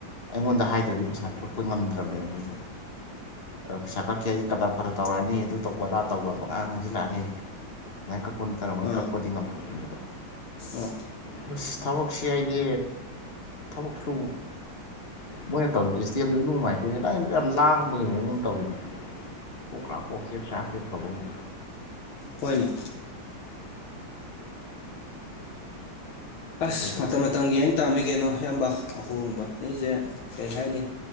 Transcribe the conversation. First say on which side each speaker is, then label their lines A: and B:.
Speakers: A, on the left; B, on the left.
A: ꯑꯩꯉꯣꯟꯗ ꯍꯥꯏꯗ꯭ꯔꯗꯤ ꯄꯩꯁꯥ ꯀꯛꯄ ꯉꯝꯗ꯭ꯔꯕꯅꯦꯕ ꯃꯣꯏꯁꯨ ꯄꯩꯁꯥ ꯀꯛꯀꯦꯗꯤ ꯀꯇꯔ ꯐꯠꯇꯅ ꯇꯧꯔꯛꯑꯅꯤ ꯑꯗꯨ ꯇꯧꯕꯗꯥ ꯇꯧꯕ ꯃꯉꯥꯡ ꯍꯟꯖꯤꯜꯂꯛꯑꯅꯤ ꯀꯛꯄꯅꯤ ꯇꯔ ꯃꯣꯏ
B: ꯑꯥ
A: ꯀꯛꯄꯗꯤ ꯉꯕ
B: ꯑꯣ
A: ꯑꯁ ꯊꯕꯛꯁꯤ ꯍꯥꯏꯗꯤ ꯊꯕꯛ ꯁꯨ ꯃꯣꯏꯅ ꯇꯧꯔꯤ ꯁꯤꯁꯇꯦꯝꯗꯣ ꯑꯩ ꯅꯨꯡ ꯅꯨꯡꯉꯥꯏꯇꯦꯅꯦꯗꯪ ꯑꯩꯅ ꯀ ꯌꯥꯝ ꯂꯥꯡꯕꯒꯤ ꯃꯑꯣꯡ ꯑꯃ ꯇꯧꯔꯤꯅꯦ ꯀꯀꯥ ꯀꯣꯛꯦ ꯆꯦ ꯁꯒꯅ
B: ꯍꯣꯏꯅꯦ ꯑꯁ
A: ꯀꯩꯗꯧꯔꯕ
B: ꯃꯇꯝ ꯃꯇꯝꯒꯤ ꯌꯦꯡ ꯇꯥꯝꯃꯤ ꯀꯩꯅꯣ ꯑꯌꯥꯝꯕ ꯑꯍꯣꯡꯕ ꯑꯩꯁꯦ ꯀꯩ ꯍꯥꯏꯅꯤ